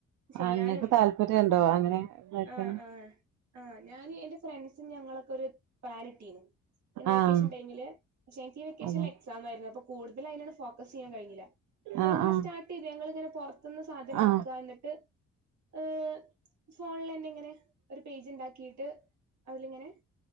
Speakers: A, on the right; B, on the right.
A: ചെയ്യാനും
B: ആഹ് ഇങ്ങക്ക് താല്പര്യണ്ടോ അങ്ങനെ ഇതാക്കാന്
A: ആഹ് ആഹ് ആഹ് ഞാന് എന്റെ ഫ്രണ്ട്സ് സും ഞങ്ങളൊക്കെ ഒരു പ്ലാൻ ഇട്ടീനു ഇങ്ങനെ വെക്കേഷൻ
B: ആഹ് ആഹ്
A: ടൈമില് പക്ഷെ എനിക്ക് ഈ വെക്കേഷൻല്
B: ആഹ് അതെ
A: എക്സ് സാമായിര്ന്നു അപ്പോ കൂട്തല് അയ്ലാണ് ഫോക്കസ് ചെയ്യാൻ കഴിഞ്ഞില്ല. ങ്ങളിങ്ങനെ
B: ആഹ്
A: സ്റ്റാർട്ട് ചെയ്ത് ഞങ്ങളിങ്ങനെ പൊറത്ത്ന്ന് സാധനം എറക്കാ
B: ആഹ് ആഹ് ആഹ്
A: എന്നിട്ട് ഇഹ് ഫോൺലെന്നെ ഇങ്ങനെ ഒരു പേജ് ഇണ്ടാക്കിയിട്ട് അതിലിങ്ങനെ